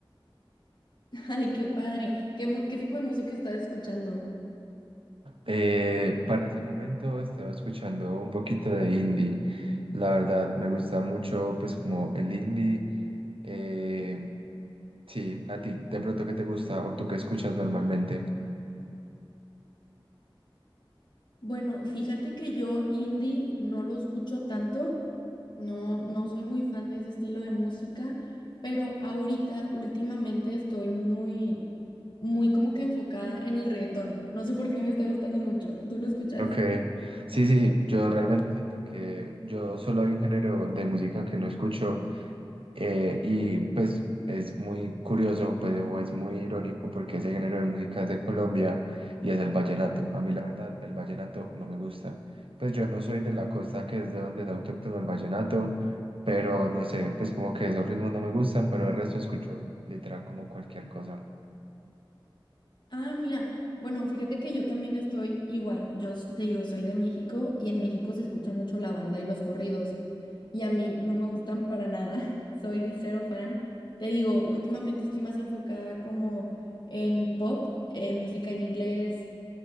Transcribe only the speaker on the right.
Eh, para ese momento estaba escuchando un poquito de indie. La verdad, me gusta mucho pues como el indie. Eh, sí, a ti de pronto qué te gusta o tú qué escuchas normalmente.
Ok, sí, sí, yo realmente siento que yo solo hay un género de música que no escucho eh, y pues es muy curioso, pues o es muy irónico porque ese género de música es de Colombia y es el vallenato. A mí la verdad el vallenato no me gusta. Pues yo no soy de la costa que es de donde es autóctono el vallenato, pero no sé, pues como que esos ritmos no me gustan, pero el resto escucho literal como cualquier cosa.